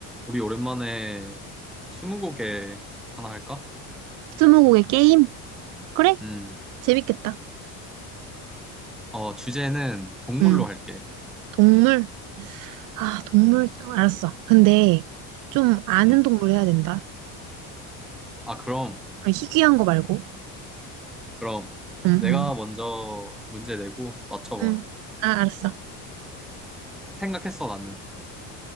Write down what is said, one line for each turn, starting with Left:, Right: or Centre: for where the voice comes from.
Centre: 우리 오랜만에 스무고개 하나 할까?
Right: 스무고개 게임? 그래?
Centre: 음,
Right: 재밌겠다.
Centre: 어, 주제는 동물로
Right: 음
Centre: 할게.
Right: 동물? 아, 동물. 알았어. 근데 좀 아는
Centre: 음,
Right: 동물 해야 된다.
Centre: 아, 그럼,
Right: 아, 희귀한 거 말고.
Centre: 그럼.
Right: 응,
Centre: 내가
Right: 응.
Centre: 먼저 문제 내고 맞춰봐.
Right: 응. 아, 알았어.
Centre: 생각했어, 나는.